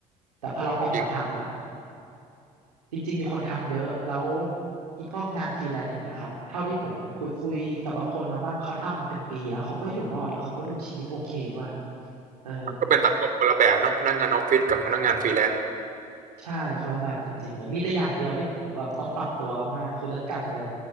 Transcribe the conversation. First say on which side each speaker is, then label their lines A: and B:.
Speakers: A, on the right (about 75°); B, on the right (about 40°).
A: แต่พอเราออกมาทำอ่ะ
B: จริง
A: จริงๆมีคนทำเยอะแล้วอีพวกงานฟรีแลนซ์อย่างเงี้ยครับเท่าที่ผมคุยคุยกับบางคนมาบ้างเขาทำมาเป็นปีแล้วเขาก็อยู่รอดแล้วเขาก็ดูชีวิตโอเคด้วยเออ
B: ก็เป็นสังคมคนละแบบเนาะพนักงานออฟฟิศกับพนักงานฟรีแลนซ์
A: ใช่คนละแบบจริงๆเลยมีแต่อย่างเดียวที่ผมแบบต้องปรับตัวมากๆคือเรื่องการเงิน